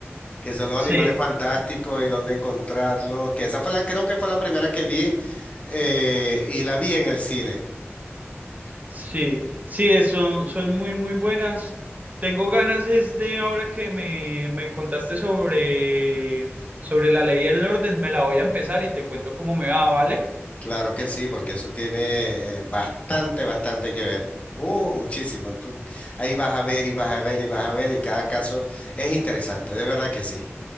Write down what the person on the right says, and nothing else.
Sí.
Sí, sí, es- son, son muy, muy buenas. Tengo ganas es de ahora que me, me contaste sobre, sobre la ley y el orden, me la voy a empezar y te cuento cómo me va, ¿vale?